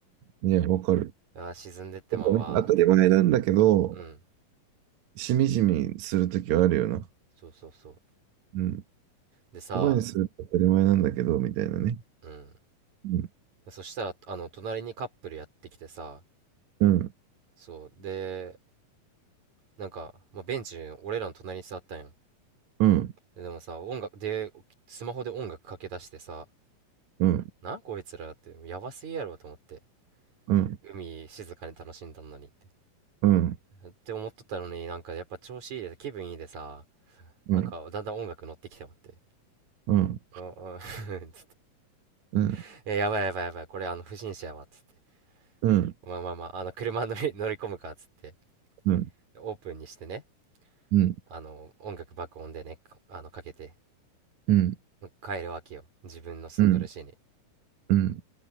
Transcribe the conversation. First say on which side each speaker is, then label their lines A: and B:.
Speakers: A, on the right; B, on the right.
A: いや、わかる。
B: あー、沈んでってまうわーっつって。
A: なんか当たり前なんだけど、
B: うん。
A: しみじみするときはあるよな。
B: そうそうそう。
A: うん。
B: でさ、
A: 言葉にすると当たり前なんだけど、みたいなね。
B: うん。
A: うん、
B: そしたら、あの、隣にカップルやってきてさ、
A: うん、
B: そう。で、なんか、まあ、ベンチ、俺らの隣に座ったんよ。
A: うん、
B: でもさ、音楽で、スマホで音楽かけ出してさ、
A: うん、
B: なこいつらって、やばすぎやろと思って。
A: うん。
B: 海静かに楽しんだのにって。
A: うん、
B: って思っとったのになんかやっぱ調子いいで、気分いいでさ、なんかだんだん音楽乗ってきてまって。
A: うん、うん、
B: うんうん
A: うん、
B: <laughs> え、やばいやばいやばい、これあの不審者やわ、つって。
A: うん、
B: まあまあまあ、あの車乗り、<laughs> 乗り込むか、つって。
A: うん、
B: オープンにしてね、
A: うん、
B: あの音楽爆音でね、かあのかけて
A: うん、
B: 帰るわけよ。自分の住んどる市に。
A: うん、うん